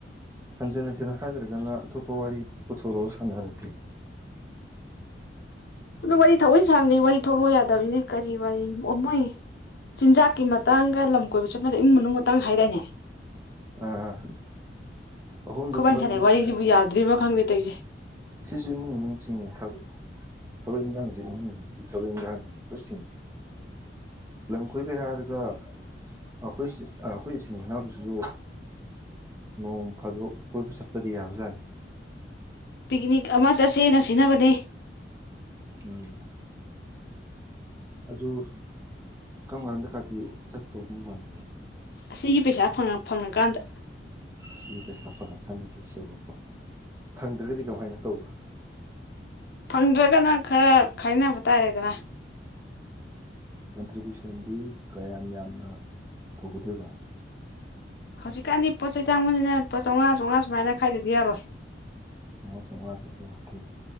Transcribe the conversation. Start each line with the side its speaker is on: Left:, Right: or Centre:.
Right: ꯍꯟꯖꯤꯟ ꯍꯟꯖꯤꯟ ꯍꯥꯏꯗ꯭ꯔꯒꯅ ꯑꯇꯣꯞꯄ ꯋꯥꯔꯤ ꯄꯨꯊꯣꯔꯑꯣ ꯁꯥꯟꯅꯔꯁꯤ
Left: ꯑꯗꯨ ꯋꯥꯔꯤ ꯊꯑꯣꯏꯅ ꯁꯥꯟꯅꯗꯤ ꯋꯥꯔꯤ ꯊꯂꯛꯎ ꯌꯥꯗꯕꯅꯤꯅꯦ ꯀꯔꯤ ꯋꯥꯔꯤꯅꯣ ꯑꯣ ꯃꯣꯏ ꯆꯤꯟꯖꯥꯛꯀꯤ ꯃꯇꯥꯡꯒ ꯂꯝ ꯀꯣꯏꯕ ꯆꯠꯄꯗꯦ ꯏꯃꯨꯡ ꯃꯅꯨꯡ ꯃꯇꯥꯡ ꯍꯥꯏꯗꯥꯏꯅꯦ
Right: ꯑꯥ ꯑꯍꯨꯝꯗꯣ
Left: ꯈꯨꯕꯥꯟꯅꯤ
Right: ꯄꯨꯂꯞ
Left: ꯁꯥꯟꯅꯩ
Right: ꯃꯤꯛꯁ
Left: ꯋꯥꯔꯤꯁꯤꯕꯨ ꯌꯥꯗ꯭ꯔꯤꯕ ꯈꯪꯗꯦ ꯇꯧꯁꯦ
Right: ꯁꯤꯁꯨ ꯏꯃꯨꯡ ꯃꯅꯨꯡ ꯆꯤꯡꯉꯤ ꯊꯕꯛ ꯏꯟꯈꯥꯡꯁꯦ ꯏꯃꯨꯡ ꯃꯅꯨꯡꯒꯤ ꯊꯕꯛ ꯏꯟꯈꯥꯡ ꯂꯣꯏ ꯆꯤꯡꯉꯤ ꯂꯝ ꯀꯣꯏꯕꯩ ꯍꯥꯏꯔꯒ ꯑꯩꯈꯣꯏ ꯑꯩꯈꯣꯏ ꯏꯆꯤꯟ ꯏꯅꯥꯎꯁꯤꯁꯨ ꯅꯣꯡ ꯐꯥꯗꯣꯛ ꯀꯣꯏꯕ ꯆꯠꯄꯗꯤ ꯌꯥꯕꯖꯥꯠꯅꯤ
Left: ꯄꯤꯛꯅꯤꯛ ꯑꯃ ꯆꯠꯁꯦꯅ ꯁꯤꯟꯅꯅꯕꯅꯦ
Right: ꯎꯝ ꯑꯗꯨ ꯀꯔꯝ ꯀꯥꯟꯗ ꯀꯥꯗꯤ ꯆꯠꯇꯧꯕ ꯃꯥꯟꯒꯦ
Left: ꯑꯁꯤꯒꯤ ꯄꯩꯁꯥ ꯐꯪꯉꯀꯥꯟꯗ
Right: ꯁꯤꯒꯤ ꯄꯩꯁꯥ ꯐꯪꯉꯀꯥꯟꯗ ꯆꯠꯁꯦꯕꯀꯣ ꯐꯪꯗ꯭ꯔꯒꯗꯤ ꯀꯃꯥꯏꯅ ꯇꯧꯕ
Left: ꯐꯪꯗ꯭ꯔꯥꯒꯅ ꯈꯔ ꯈꯥꯏꯅꯕ ꯇꯥꯔꯦꯗꯅ
Right: ꯀꯟꯇ꯭ꯔꯤꯕ꯭ꯌꯨꯁꯟꯗꯤ ꯀꯌꯥꯝ ꯌꯥꯝꯅ ꯇꯧꯒꯗꯣꯏꯕ
Left: ꯍꯧꯖꯤꯛꯀꯥꯟꯗꯤ ꯄꯣꯠ ꯆꯩ ꯇꯥꯡꯕꯅꯤꯅ ꯄꯣ ꯆꯥꯝꯃꯉꯥ ꯆꯥꯝꯃꯉꯥ ꯁꯨꯃꯥꯏꯅ ꯈꯥꯏꯗꯗꯤ ꯌꯥꯔꯣꯏ
Right: ꯆꯃꯥꯉꯥ ꯆꯃꯥꯉꯥꯁꯦ ꯑꯣꯀꯦ